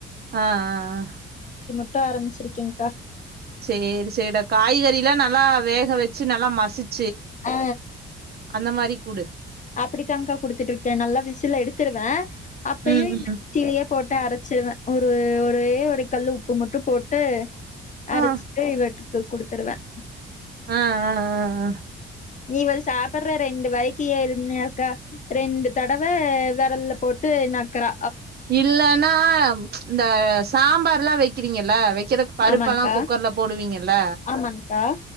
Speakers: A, on the right; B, on the left.
A: ஆ ஆ
B: ட்டா ஆரம்பமிச்சிருக்கீங்க்கா
A: சேரி செய்ற ‌காய்கறி லா நல்லா வேக வச்சு நல்லா மசிச்
B: ஆ
A: அந்த மாரி குடு
B: அப்படித்தான்கா குடுத்துட்டு இருக்கேன் நல்லா விசில் எடுத்துிருவேன் அப்பயும்
A: ம் ம்
B: மிக்சிலையே போட்டு அரைச்சிருவேன் ஒரு ஒரே ஒரு கல்லு உப்பு மட்டு போட்டு அரச்சிட்டு
A: ஆ
B: இது ஒரு ட்ரிப் த்து குடுத்துருவேன்
A: ஆ ஆ ஆ ஆ
B: இவள் சாப்படற ரெண்டு வாய்க்கு என்னாக்கா ரெண்டு தடவ வெரல்ல போட்டு நக்கறா
A: இல்லனா இந்த சாம்பார்ல்லாம் வைக்கிறீங்கங்கள வெ க்கிற பருப்பெல்லாம்
B: ஆமாங்க்கா
A: குக்கர்ல போடுவீங்கல்ல
B: ஆமாங்க்கா